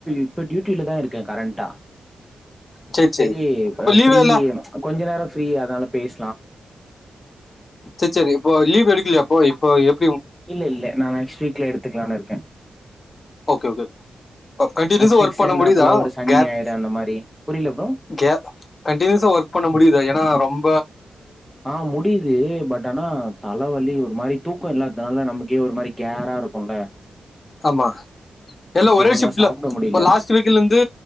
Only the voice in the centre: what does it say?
இப்ப டியூட்டில தா இருக் கே கரண்ட்டா
செரி
ஃப்ரீ கொஞ்ச நேரோ ஃப்ரீ அதனால பேச
இல்ல இல்ல நா நெக்ஸ்ட் வீக்ல எடுத்துக்கலானு இருக்கே
நெக்ஸ்ட்
வீக்
சேந்தாப்புல
ஒரு சனி
ஞாயிறு அந்த மாரி புரியல ப்ரோ
ஆஹ் முடிது பட் ஆனா தலவலி ஒரு மாரி தூக்கோ இல்லாதுனால நமக்கே ஒரு மாரி கேரா இருக்கூல
ஒழுங்கா
சாப்ட முடியல